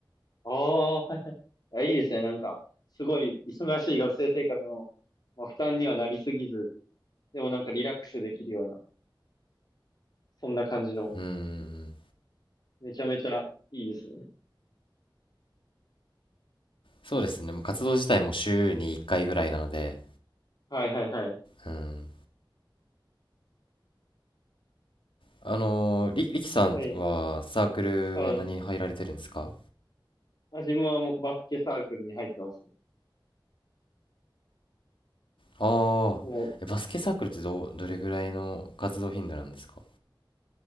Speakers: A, on the left; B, on the left.
A: ああ、はいはい。あ、いいですね。なんか、すごい忙しい学生生活の、まあ、負担にはなりすぎず、でもなんかリラックスできるような、そんな感じの、
B: うん
A: めちゃめちゃいいですね。
B: そうですね、もう活動自体も週に1回ぐらいなので、
A: はいはいはい。
B: うん。あのー、り、りきさんはサークルは何に入られてるんですか
A: はい、はい。あ、自分はもうバスケサークルに入ってますね。
B: あ
A: もう
B: あー、えバスケサークルってどう、どれぐらいの活動頻度なんですか